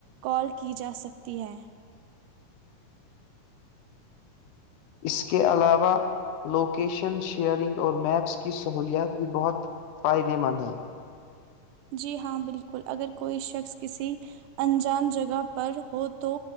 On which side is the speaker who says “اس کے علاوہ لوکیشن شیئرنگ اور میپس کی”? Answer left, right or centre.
Left